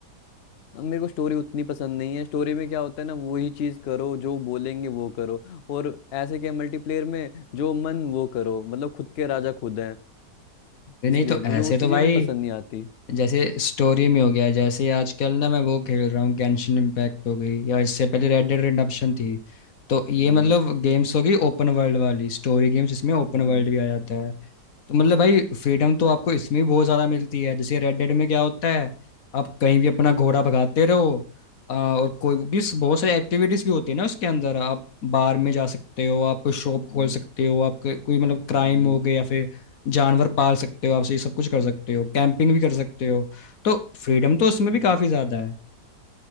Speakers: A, on the left; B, on the left.
A: अब मेरे को स्टोरी उतनी पसंद नहीं है स्टोरी में क्या होता है ना वही चीज़ करो जो बोलेंगे वो करो और ऐसे क्या मल्टीप्लेयर में जो मन वो करो मतलब खुद के राजा खुद हैं
B: अरे
A: इसलिए
B: नहीं तो ऐसे
A: मुझे वो
B: तो
A: चीज़ें
B: भाई
A: ना पसंद नहीं आती
B: जैसे स्टोरी में हो गया जैसे आजकल ना मैं वो खेल रहा हूँ गेंशिन इम्पैक्ट हो गई या इससे पहले रेड डेड रिडेम्पशन थी तो ये
A: हम्म,
B: मतलब गेम्स हो गई ओपन वर्ल्ड वाली स्टोरी गेम्स जिसमें ओपन
A: हम्म,
B: वर्ल्ड भी आ जाता है तो मतलब भाई फ्रीडम तो आपको इसमें भी बहुत ज्यादा मिलती है जैसे रेड डेड में क्या होता है आप कहीं भी अपना घोड़ा भगाते रहो आ, और कोई भी बहुत सारी एक्टिविटीज भी होती है ना उसके अंदर आप बार में जा सकते हो आप कोई शॉप खोल
A: हम्म,
B: सकते हो आप कोई कोई मतलब क्राइम
A: हम्म,
B: हो गया या फिर जानवर पाल सकते हो आप ये सब कुछ कर सकते हो कैंपिंग भी कर सकते हो तो फ्रीडम तो उसमें
A: हम्म,
B: भी काफी ज्यादा है